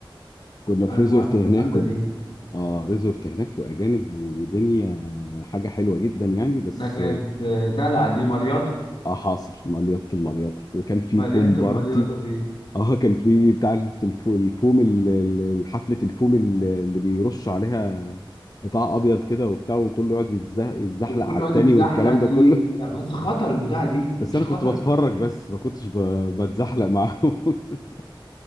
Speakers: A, on the left; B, on the left.
A: كنا في
B: ايوه
A: ريزورت هناك
B: ده جامده
A: و...
B: دي
A: اه ريزورت هناك واجانب ودنيا حاجة حلوة جدا يعني بس
B: ده كانت دلع دي مليطه
A: اه حاصل مليط المليط وكان في
B: مليطه
A: فوم بارتي
B: المليطه دي
A: اه كان في بتاع الفو- الفوم ال- ال- حفلة الفوم ال- اللي بيرش عليها بتاع ابيض كده وبتاع وكله يقعد يتزح- يتزحلق
B: وكل
A: على
B: يقعد
A: التاني
B: يتزحلق
A: والكلام
B: دي
A: ده كله
B: لا بس خطر البتاع دي
A: بس
B: مش
A: انا
B: خطر
A: كنت بتفرج
B: البتاع دي
A: بس ما كنتش ب- بتزحلق معاهم <laughs>